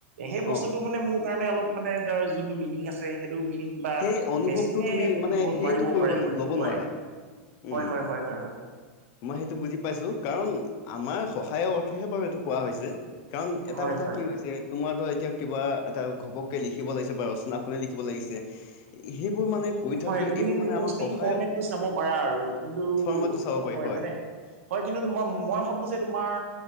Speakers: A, on the right; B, on the left.
A: সেই বস্তুটো
B: অ
A: মানে মোৰ কাৰণে অলপ মানে তাৰ যোনটো মিনিং আছে, সেইটো মিনিং বাত
B: সেই অনুভৱটো
A: মেচিনে
B: তুমি মানে
A: দিব
B: সেইটো
A: নোৱাৰিবও
B: কৰিব
A: পাৰে
B: ন-
A: হয়টো
B: ল'ব
A: হয়।
B: নোৱাৰা
A: হয়
B: উম
A: হয় হয় হয় হয়।
B: মই সেইটো বুজি পাইছোঁ কাৰণ আমাৰ সহায়ৰ অৰ্থহে বাৰু এইটো কোৱা হৈছে। কাৰণ এটা
A: হয়
B: কথা
A: হয়
B: কি হৈ যে তোমাৰ ধৰা এতিয়া কিবা এটা ঘপককে লিখিব লাগিছে বা ৰচনাখনে লিখিব লাগিছে। সেইবোৰ মানে কৰি থকাতকৈ
A: হয় তুমি
B: এইবোৰ মানে
A: মোষ্টলি
B: আমাৰ সহায়
A: ফৰ্মেটটো চাব পাৰা আৰু কিন্তু
B: শৰ্মাটো চাব পাৰি
A: হয় মানে হয় কিন্তু মই ম মই ভাবোঁ যে তোমাৰ